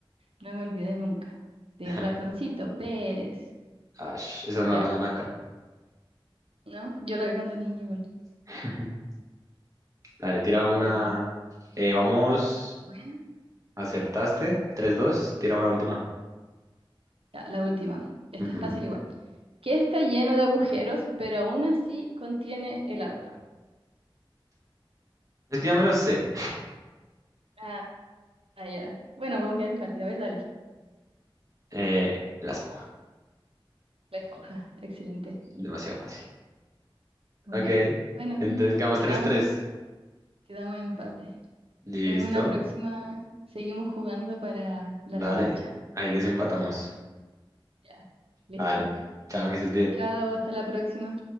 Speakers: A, on the right (about 85°); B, on the right (about 35°).
A: no me olvidé nunca del
B: <laughs>
A: Ratoncito Pérez.
B: Ash, esa
A: Ya,
B: no la dan acá.
A: ¿no? Yo la vi cuando niña igual.
B: <laughs> Dale, tira una.
A: Eh,
B: Eh, vamos,
A: buena.
B: acertaste. tres dos tira una última.
A: Ya, la última. Esta
B: Ujú.
A: es fácil igual. Que está lleno de agujeros, pero aún así contiene el agua.
B: Es que ya me lo sé.
A: Ah, ah, ya. Bueno, vamos a quedar empate. A ver, dale.
B: Eh, la esponja,
A: La esponja. Excelente.
B: demasiado fácil.
A: Muy
B: Ok,
A: bien. Bueno, entonces
B: entonces quedamos tres
A: quedamos,
B: tres
A: quedamos en empate.
B: Listo,
A: En una próxima seguimos jugando para la
B: dale,
A: revancha.
B: ahí desempatamos.
A: Ya. Listo.
B: Dale, chao, que estés bien.
A: Chao, hasta la próxima.